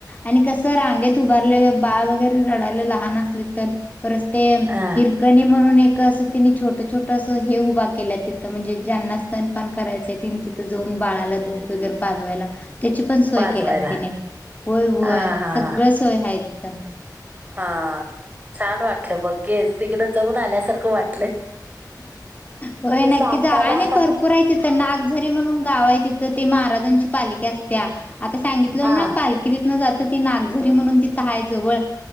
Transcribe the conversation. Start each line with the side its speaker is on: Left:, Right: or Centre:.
Left: आणि कस रांगेत उभारलं बाळ वगैरे रडायलं लहान असले तर परच ते
Right: अ
Left: हिरकणी म्हणून एक ं तिने छोट छोट असं हे उभा केल्या तिथं म्हणजे ज्यांना स्नपान करायंय तिनी तिथं जाऊन बाळाला दूध वगैरे पाजवायला त्याची पण सोय
Right: पाजवायला
Left: केला तिने होय होय
Right: हा हा
Left: सगळ
Right: हा
Left: सोय हथ
Right: हा छान वाटलं बघेच तिकडें जाऊन आल्यासारखं वाट
Left: होय नक्की
Right: सांगताना
Left: जा आणि भरपूर आहे तिथं नागझरी म्हणून गाव आहे तिथ तर ते महाराजांची पालिकी असत्या आता सांगितलं
Right: हा
Left: ना पालखी जात त नागझरी म्हणून तय जवळ